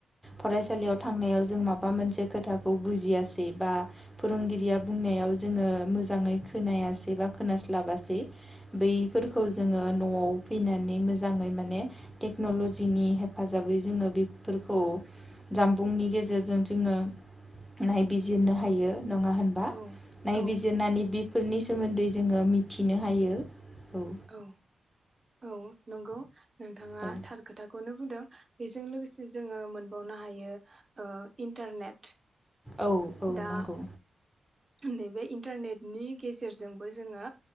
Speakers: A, in the centre; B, on the right.
A: फरायसालियाव थांनायाव जों माबा मोनसे खोथाखौ बुजियासै बा फोरोंगिरिया बुंनायाव जोङो मोजाङै खोनायासै बा खोनास्लाबासै बैफोरखौ
B: औ
A: जोङो फैनानै मोजाङै माने टेक्नलजिनि हेफाजाबै जोङो बेफोरखौ जामबुंनि गेजेरजों जोङो नायबिजिरनो हायो नङा होनबा
B: औ
A: नायबिजिरनानै
B: औ
A: बिफोरनि सोमोन्दै जोङो मिथिनो हायो औ
B: औ औ नंगौ नोंथाङा
A: औ
B: थार खोथाखौनो बुंदों बेजों लोगोसे जोङो मोनबावनो हायो ओ इन्टारनेट
A: औ औ
B: दा
A: नंगौ
B: नैबे इन्टारनेटनि गेजेरजोंबो जोङो